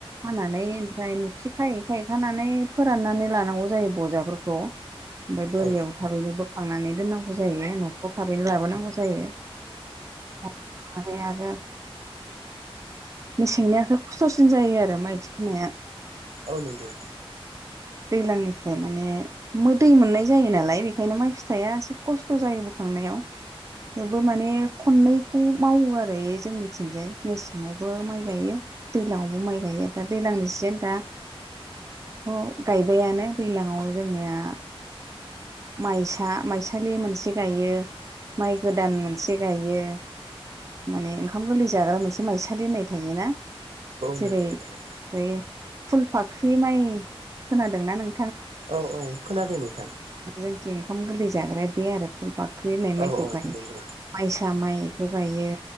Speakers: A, on the right; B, on the right.
A: खानानै ओमफ्राय मुथि खायै खायै खानानै फोराननानै लानांगौ जायो बजाफोरखौ ओमफ्राय बोरियाव
B: औ
A: थाबैनो बोखांनानै दोननांगौ जायो न'फ्राव थाबैनो लाबोनांगौ <unintelligible> मेसेंनियाखो खस्थ'सिन जायो आरो माइ थिखोनाया।
B: औ नंगौ।
A: दैलांनिफ्राय माने मो दै मोननाय जायो नालाय बेखायनो माइ फिथाइआ एसे खस्थ' जायो बोखांनायाव थेवबो माने खननैखौ मावो आरो जोंनिथिंजाय। मेसेङावबो माइ गायो। दैलां आवबो माइ गायो दा दैलांनि सिजेन दा थ' गायबायानो दैलाङाव जोंनिया माइसा माइसालि मोनसे गायो माइ गोदान मोनसे गायो। माने ओंखाम गोरलै जाग्रा मोनसे माइसालि होननाय थायोना जेरै
B: नंगौ नोंथां
A: <unintelligible> फुलफाख्रि माइ खोनादोंना नों
B: औ औ खोनादों नोंथां।
A: जोंथिं ओंखाम गोरलै जाग्राया बे आरो फुल फाख्रि होननाय माइखौ
B: औ
A: गायो।
B: नंगौ
A: माइसा माइ बेखौ गायो